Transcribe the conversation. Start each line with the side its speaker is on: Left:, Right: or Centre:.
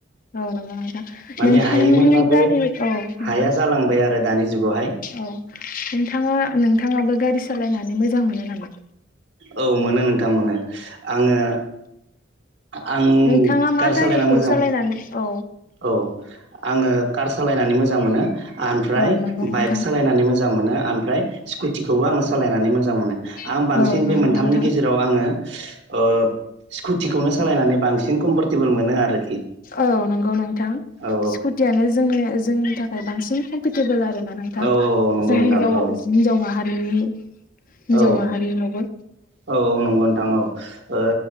Right: <inaudible>
Left: औ नंगौ नोंथां
Right: माने
Left: नोंथांनि
Right: हायोमोनबाबो
Left: गारि औ नोंथां
Right: हाया जालांबाय आरो दानि ज जुगावहाय।
Left: औ नोंथाङा नोंथाङाबो गारि सालायनानै मोजां मोनो नामा?
Right: औ मोनो नोंथां मोनो आङो आं
Left: नोंथाङा मा
Right: गार
Left: गारिखौ
Right: सालायना मोजां
Left: सालायनानै औ
Right: औ आङो कार सालायनानै मोजां मोनो। आनफ्राय
Left: औ नंगौ नोंथां
Right: बाइक सालायनानै मोजां मोनो आमफ्राय स्कुटिखौबो आङो सालायनानै मोजां मोनो। आं
Left: औ
Right: बांसिन
Left: नंगौ
Right: बे मोनथामनि
Left: नोंथां
Right: गेजेराव आङो ओ स्कुटिखौनो सा सालायनानै बांसिन कम्फरटेबोल मोनो आरोखि।
Left: औ नंगौ नोंथां
Right: औ
Left: स्कुटियानो जोंनि जोंनि थाखाय बांसिन कमफिटेबोल आरो गोना नोंथां
Right: औ
Left: जों
Right: औ औ नंगौ नोंथां
Left: हिजाव
Right: औ
Left: हिनजाव माहारिनि हिनजाव
Right: औ
Left: माहारिनियावबो
Right: औ औ नंगौ नोंथां औ ओ